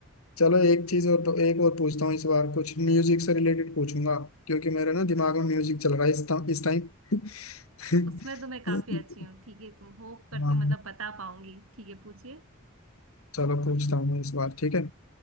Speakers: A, on the left; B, on the right.
A: चलो एक चीज और तो एक और पूछता हूँ इस बार कुछ म्यूजिक से रिलेटेड पूछूंगा क्योंकि मेरे ना दिमाग में म्यूजिक चल रहा है इस टाइम इस टाइम
B: उसमें तो मैं काफी अच्छी
A: <laughs>
B: हूँ ठीक है होप करती
A: हाँ
B: हूँ मतलब बता पाऊंगी ठीक है पूछिए
A: चलो पूछता हूँ मैं इस बार ठीक है